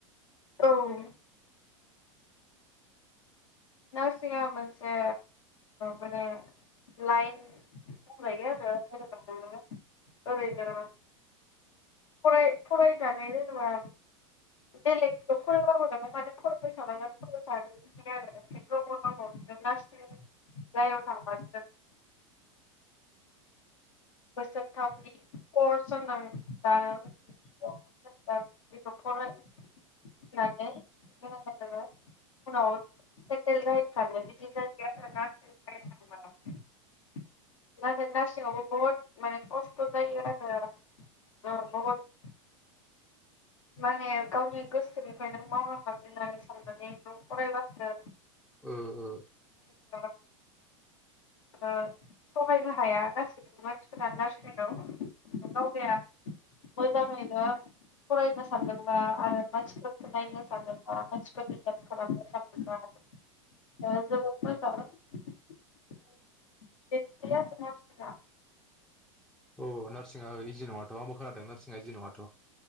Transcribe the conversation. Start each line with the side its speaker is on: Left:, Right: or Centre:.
Left: औ नार्सिंआ मोनसे माने लाइन बुंजायो आरो ओबानो ओरैनो। फराय फरायनानै जेनेबा बेलेगखौ फरायब मान फरायबाय थानांगोन फबाय थागोन आरोनांगौ नार्सिनि लाइनाव थांंबा <unintelligible> सम थाङो। द <unintelligible> माने एदि जङ <inaudible> औ ल थ ज ग <inaudible> नाथाय नारसिंआवबो बहुद माने खस्थ' जायो आरो बहुद माने गावनि गोसोनिफ्राय नों मावनो हागोन होननानै साननानै नों फरायबासो।
Centre: औ औ
Left: औ सहायनो हाया गासैबो मानसिफोरानी नारसिननायखौ दावगाया मोजाङैनो। फरायनो सानदोंबा आरो मानसिफोरखौ नायनो सानदोंबा मानसिफोर बिडाम खालामनो सानदोंबा जोबोद मोजां दिन्थिया नोंहासिना
Centre: ओ औ नार्सिंआ इजि नङाथ' आंबो खोनादों नार्सिंआ इजि नङाथ'